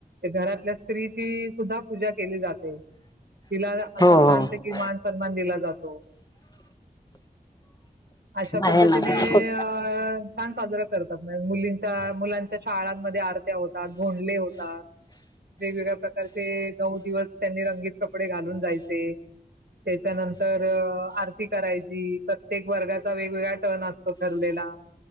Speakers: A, on the right; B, on the left.
A: घरातल्या स्त्रीची सुद्धा पूजा केली जाते. तिला असं
B: हो
A: छानत
B: हो हो
A: कि मान सन्मान दिला जातो. अशा
B: आहे
A: पद्धतीनेने
B: ना खूप
A: अ छान साजरा करतातमाय मुलीं त मुलांच्या शाळांमध्ये आरत्या होतात भोंडले होतात वेगवेगळ्या प्रकारचे नऊ दिवस त्यांनी रंगीत कपडे घालून जायचे त्याच्यानंतरअ आरती करायची प्रत्येक वर्गाचा वेगवेगळा टर्न असतो ठरलेला.